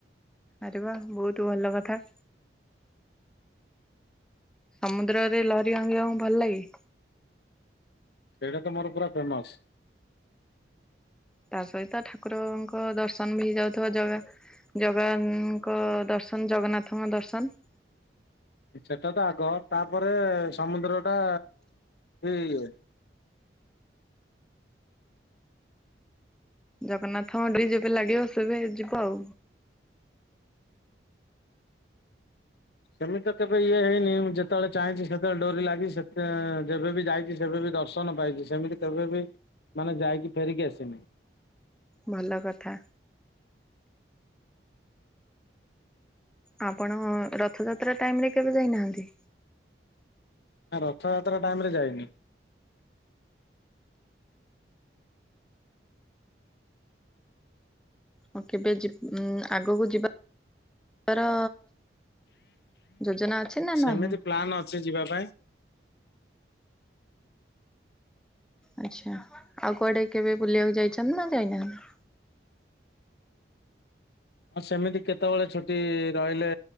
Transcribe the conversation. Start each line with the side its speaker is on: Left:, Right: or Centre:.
Centre: ଆରେ ବା ବହୁତ ଭଲ କଥା। ସମୁଦ୍ରରେ ଲହରୀ ଭାଙ୍ଗିବାକୁ ଭଲ ଲାଗେ?
Left: ସେଇଟା ତ ମୋର ପୁରା ଫେମସ।
Centre: ତା ସହିତ ଠାକୁରଙ୍କ ଦର୍ଶନ ବି ହେଇ ଯାଉଥିବା ଜଗା। ଜଗା ଙ୍କ ଦର୍ଶନ ଜଗନ୍ନାଥଙ୍କ ଦର୍ଶନ।
Left: ସେଟାତ ଆଗ ତାପରେ ସମୁଦ୍ର ଟା ଇଏ।
Centre: ଜଗନ୍ନାଥଙ୍କ ଡୋରି ଯେବେ ଲାଗିବ ସେବେ ଯିବ ଆଉ।
Left: ସେମିତି ତ କେବେ ଇଏ ହେଇନି ମୁଁ ଯେତେବେଳେ ଚାହିଁଛି ସେତେବେଳେ ଡୋରି ଲାଗି ସେ ଯେବେ ବି ଯାଇଛି ସେବେବି ଦର୍ଶ ପାଇଛି ସେମିତି କେବେ ବି ମାନେ ଯାଇକି ଫେରିକି ଆସିନି।
Centre: ଭଲ କଥା। ଆପଣ ରଥଯାତ୍ରା ଟାଇମ ରେ କେବେ ଯାଇନାହାନ୍ତି?
Left: ନାଁ ରଥଯାତ୍ରା ଟାଇମ ରେ ଯାଇନି।
Centre: ହଁ କେବେ ଯି ଆଗକୁ ଯିବାର ଯୋଜନା ଅଛି ନା
Left: ସେମିତି
Centre: ନାହିଁ?
Left: ପ୍ଲାନ୍ ଅଛି ଯିବା ପାଇଁ।
Centre: ଆଛା ଆଉ କୁଆଡେ କେବେ ବୁଲିବାକୁ ଯାଇଛନ୍ତି ନା ଯାଇନାହାନ୍ତି?
Left: ହଁ ସେମିତି କେତେବେଳେ ଛୁଟି ରହିଲେ